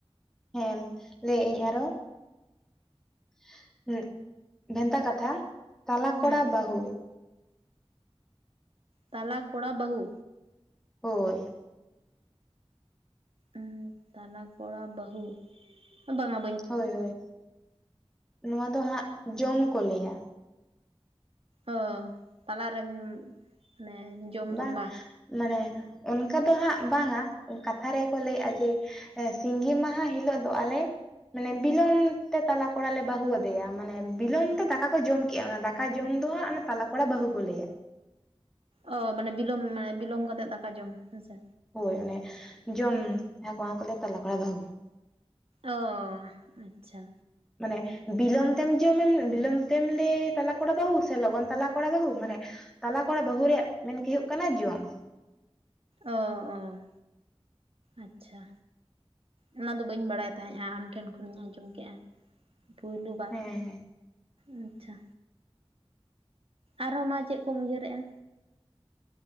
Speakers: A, in the centre; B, on the right.
A: <inaudible> ᱞᱟᱹᱭᱮ ᱟᱹᱧ ᱟᱨᱚ᱾ <inaudible> ᱵᱷᱮᱱᱛᱟ ᱠᱟᱛᱷᱟ᱾ ᱛᱟᱞᱟ
B: ᱦᱩᱸ
A: ᱠᱚᱲᱟ ᱵᱟᱹᱦᱩ᱾
B: ᱛᱟᱞᱟ ᱠᱚᱲᱟ ᱵᱟᱹᱦᱩ᱾
A: ᱦᱳᱭ
B: ᱩᱸ ᱛᱟᱞᱟ ᱠᱚᱲᱟ ᱵᱟᱹᱦᱩ, ᱵᱟᱸᱜᱼᱟ
A: ᱦᱳᱭ ᱦᱳᱭ᱾ ᱱᱚᱣᱟ ᱫᱚ ᱦᱟᱸᱜ ᱡᱚᱢ ᱠᱚ ᱞᱟᱹᱭᱼᱟ᱾
B: ᱚ ᱛᱟᱞᱟᱨᱮᱢ ᱢᱟᱱᱮ ᱡᱚᱢ ᱫᱚ
A: ᱵᱟᱝ, ᱢᱟᱱᱮ ᱚᱱᱠᱟ ᱫᱚ ᱦᱟᱸᱜ ᱵᱟᱝᱟ᱾ ᱠᱟᱛᱷᱟ ᱨᱮ ᱠᱚ ᱞᱟᱹᱭ ᱮᱼᱟ ᱡᱮ ᱥᱤᱸᱜᱤ ᱢᱟᱦᱟ ᱦᱤᱞᱳᱜ ᱫᱚ ᱟᱞᱮ ᱢᱟᱱᱮ ᱵᱤᱞᱚᱢ ᱛᱮ ᱛᱟᱞᱟ ᱠᱚᱲᱟ ᱞᱮ ᱵᱟᱹᱦᱩ ᱟᱫᱮᱭᱟ ᱾ ᱢᱟᱱᱮ ᱵᱤᱞᱚᱢ ᱛᱮ ᱫᱟᱠᱟ ᱠᱚ ᱡᱚᱢ ᱠᱮᱜᱼᱟ᱾ ᱚᱱᱟ ᱫᱟᱠᱟ ᱫᱟᱠᱟ ᱡᱚᱢ ᱫᱚ ᱦᱟᱜ ᱛᱟᱞᱟ ᱠᱚᱲᱟ ᱵᱟᱹᱦᱩ ᱠᱚ ᱞᱟᱹᱭᱼᱟ᱾
B: ᱚ ᱢᱟᱱᱮ ᱵᱤᱞᱚᱢ, ᱢᱟᱱᱮ ᱵᱤᱞᱚᱢ ᱠᱟᱛᱮᱜ ᱫᱟᱠᱟ ᱡᱚᱢ ᱦᱮᱸ ᱥᱮ᱾
A: ᱦᱳᱭ ᱚᱱᱮ ᱢᱟᱱᱮ ᱡᱚᱢ ᱦᱮ ᱚᱱᱟ ᱠᱚ ᱞᱟᱹᱭᱟ ᱛᱟᱞᱟ ᱠᱚᱲᱟ ᱵᱟᱹᱦᱩ᱾
B: ᱚ ᱟᱪᱪᱷᱟ᱾
A: ᱢᱟᱱᱮ ᱵᱤᱞᱚᱢ ᱛᱮᱢ <unintelligible> ᱵᱤᱞᱚᱢ ᱛᱮᱢ ᱞᱮᱭ ᱛᱟᱞᱟ ᱠᱚᱲᱟ ᱵᱟᱹᱦᱩ ᱥᱮ ᱞᱚᱜᱚᱱ ᱛᱟᱞᱟ ᱠᱚᱲᱟ ᱵᱟᱹᱦᱩ ᱢᱟᱱᱮ ᱛᱟᱞᱟ ᱠᱚᱲᱟ ᱵᱟᱹᱦᱩ ᱨᱮᱭᱟᱜ ᱢᱮᱱ ᱜᱮ ᱦᱩᱭᱩᱜ ᱠᱟᱱᱟ ᱡᱚᱢ᱾
B: ᱚ ᱚ ᱟᱪᱪᱷᱟ, ᱚᱱᱟᱫᱚ ᱵᱟᱹᱧ ᱵᱟᱲᱟᱭ ᱛᱟᱦᱮᱸᱼᱟ ᱟᱢᱴᱷᱮᱱ ᱠᱷᱚᱱᱤᱧ ᱟᱸᱡᱚᱢ ᱠᱮᱫᱼᱟ᱾ ᱯᱩᱭᱞᱩ ᱵᱟᱝ,
A: ᱦᱮᱸ ᱦᱮᱸ
B: ᱟᱪᱪᱷᱟ᱾ ᱟᱨᱦᱚᱸ ᱢᱟ ᱪᱮᱫ ᱠᱚ ᱩᱭᱦᱟᱹᱨ ᱮᱜᱼᱟ᱾